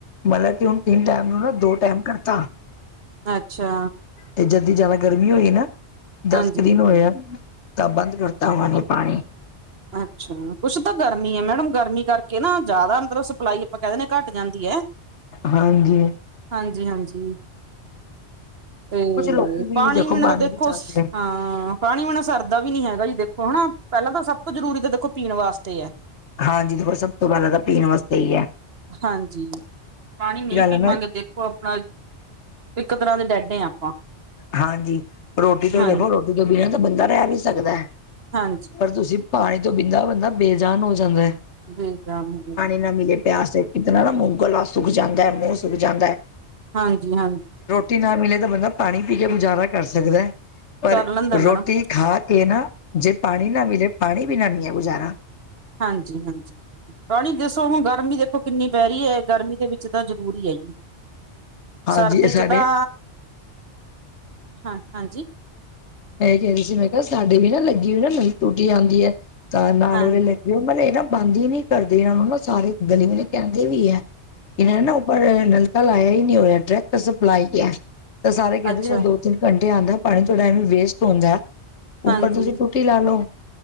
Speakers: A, on the left (about 80°); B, on the right (about 60°).
A: ਮਤਲਬ ਕਿ ਹੁਣ ਤਿੰਨ ਟੈਮ ਨੂੰ ਨਾ ਦੋ ਟੈਮ ਕਰਤਾ
B: ਅੱਛਾ
A: ਤੇ ਜਦੀ ਜਿਆਦਾ ਗਰਮੀ ਹੋਈ ਨਾ, ਦਸ
B: ਹਾਂਜੀ
A: ਕ ਦਿਨ ਹੋਏ ਆ ਤਾਂ ਬੰਦ ਕਰਤਾ, ਉਹਨਾਂ ਨੇ ਪਾਣੀ
B: ਅੱਛਾ, ਕੁੱਛ ਤਾਂ ਗਰਮੀ ਐ ਮੈਡਮ ਗਰਮੀ ਕਰਕੇ ਨਾ, ਜਾਦਾ ਅੰਦਰੋਂ ਸਪਲਾਈ ਆਪਾਂ ਕਹਿ ਦਿੰਦੇ ਘੱਟ ਜਾਂਦੀ ਐ।
A: ਹਾਂਜੀ
B: ਹਾਂਜੀ, ਹਾਂਜੀ ਤੇ
A: ਕੁੱਝ ਲੋਕੀ ਵੀ
B: ਪਾਣੀ,
A: ਨੀ
B: ਵੀਨਾਂ ਦਾ ਦੇਖੋ,
A: ਬਚਾਉਂਦੇ
B: ਹਾਂ ਹਾਂ ਪਾਣੀ ਵੀਨਾ ਸਰਦਾ ਵੀ ਨੀ ਹੈਗਾ, ਜੀ ਦੇਖੋ ਹਨਾ ਪਹਿਲਾਂ ਤਾਂ ਸਭ ਤੋਂ ਜ਼ਰੂਰੀ ਤਾਂ ਦੇਖੋ ਪੀਣ ਵਾਸਤੇ ਐ।
A: ਹਾਂਜੀ ਦੇਖੋਂ ਸਭ ਤੋਂ ਪਹਿਲਾਂ ਤਾਂ ਪੀਣ ਵਾਸਤੇ ਈ ਐ।
B: ਹਾਂਜੀ, ਪਾਣੀ ਮੀਹ ਵੀ
A: ਹੈ ਨਾ
B: ਮਾਂਗਦੇ ਉਹ ਆਪਣਾ, ਇੱਕ ਤਰ੍ਹਾਂ ਦੇ ਡੈਡ ਐ ਆ ਆਪਾਂ
A: ਹਾਂਜੀ, ਰੋਟੀ ਤੋਂ
B: ਹਾਂ
A: ਦੇਖੋ ਰੋਟੀ ਤੋਂ ਬਿਨਾਂ ਤਾਂ ਬੰਦਾ ਰਹਿ ਵੀ ਸਕਦਾ ਐ।
B: ਹਾਂਜੀ
A: ਪਰ ਤੁਸੀਂ ਪਾਣੀ ਤੋਂ ਬੀਦਾ ਬੰਦਾ ਬੇਜਾਨ ਹੋ ਜਾਂਦਾ ਐ।
B: <inaudible>
A: ਬਿਨਾਂ ਮਿਲੇ ਪਿਆਸ ਤੇ ਇੰਤਣਾ ਨਾ ਮੁੱਹ ਗਲਾ ਸੁਖ ਜਾਂਦਾ ਐ ਮੂੰਹ ਸੁਖ ਜਾਂਦਾ ਐ।
B: ਹਾਂਜੀ, ਹਾਂਜੀ
A: ਰੋਟੀ ਨਾ ਮਿਲੇ ਤਾਂ, ਬੰਦਾ ਪਾਣੀ ਪੀ ਕੇ ਗੁਜ਼ਾਰਾ ਕਰ ਸਕਦਾ ਐ। ਪਰ
B: ਕਰ ਲੈਂਦਾ ਮੈਡਮ
A: ਰੋਟੀ ਖਾ ਕੇ ਨਾ, ਜੇ ਪਾਨੀ ਨਾ ਮਿਲੇ, ਪਾਨੀ ਬਿਨਾਂ ਨੀਂ ਐ ਗੁਜਾਰਾ
B: ਹਾਂਜੀ-ਹਾਂਜੀ। ਪਾਨੀ ਦੱਸੋ, ਹੁਨ ਗਰਮੀ ਦੇਖੋ ਕਿੰਨੀ ਪੈ ਰਈ ਐ, ਗਰਮੀ ਦੇ ਵਿੱਚ ਤਾਂ ਜਰੂਰੀ ਐ ਜੀ
A: ਹਾਂਜੀ
B: ਸਰਦੀ
A: ਇਹ ਸਾਡੇ
B: 'ਚ ਤਾਂ, ਹਾਂ, ਹਾਂਜੀ
A: ਮੈਂ ਏਈ ਕੇ ਰਈ ਸੀ, ਮੈਂ ਕੇਆ ਸਾਡੇ ਵੀ ਨਾ ਲੱਗੀ ਹੋਈ ਨਾ ਨਵੀਂ ਟੂਟੀ ਆਂਦੀ ਐ, ਤੇ ਨਾਲ
B: ਹਾਂ
A: ਵਾਲੇ ਲੈ ਜੋ ਮਤਲਬ ਇਹ ਨਾ ਬੰਦ ਹੀ ਨੀ ਕਰਦੇ, ਇਹਨਾਂ ਨੂੰ ਨਾ ਸਾਰੇ, ਗਲੀ ਵਾਲੇ ਕਹਿੰਦੇ ਵੀ ਹੈ ਇਹਨਾਂ ਨੇ ਨਾ ਉਪਰ ਨਲਕਾ ਲਾਇਆ ਹੀ ਨਹੀਂ ਹੋਇਆ, ਡਾਇਰੈਕਟ ਸਪਲਾਈ ਹੈ। ਤਾਂ ਸਾਰੇ ਕਹਿੰਦੇ,
B: ਅੱਛਾ
A: ਜਿਹੜਾ ਦੋ-ਤਿੰਨ ਘੰਟੇ ਆਂਦਾ ਪਾਣੀ ਤੁਹਾਡਾ ਐਵੇਈ ਵੇਸਟ ਹੁੰਦਾ ਹੈ।
B: ਹਾਂਜੀ
A: ਉੱਪਰ ਤੁਸੀਂ ਟੁੱਟੀ ਲਾ ਲਓ,